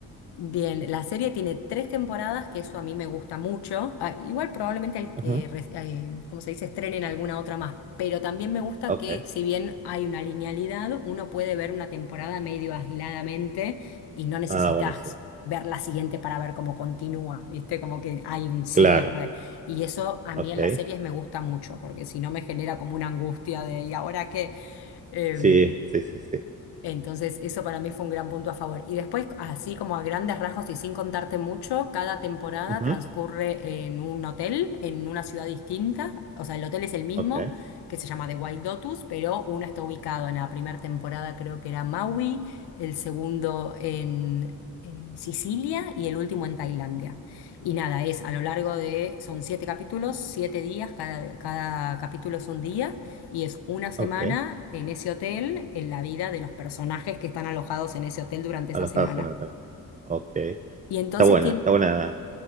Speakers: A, on the left (about 80°); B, on the right (about 20°).
A: Bien, la serie tiene tres temporadas, que eso a mí me gusta mucho. Ah, igual probablemente al que,
B: Ujú,
A: re- eh, como se dice, estrenen alguna otra más. Pero también me gusta
B: Ok.
A: que, si bien hay una linealidad, uno puede ver una temporada medio aisladamente y no necesitas
B: Ah, buenísimo.
A: ver la siguiente para ver cómo continúa, ¿viste? Como que hay un cierre.
B: Claro.
A: Y eso a
B: Ok.
A: mí en las series me gusta mucho, porque si no me genera como una angustia de, ¿y ahora qué? Em,
B: Sí, sí, sí, sí.
A: entonces, eso para mí fue un gran punto a favor. Y después, así como a grandes rasgos y sin contarte mucho, cada temporada
B: Ujú,
A: transcurre en un hotel, en una ciudad distinta. O sea, el hotel es el mismo,
B: Ok,
A: que se llama The Wild Lotus, pero uno está ubicado en la primera temporada, creo que era Maui, el segundo en eh, Sicilia y el último en Tailandia. Y nada, es a lo largo de, son siete capítulos, siete días, cada, cada capítulo es un día. Y es una semana
B: ok.
A: en ese hotel, en la vida de los personajes que están alojados en ese hotel durante
B: Alojarse
A: esa semana.
B: en el hotel. Ok. Está
A: Y entonces
B: buena,
A: tien-
B: está
A: ti-
B: buena.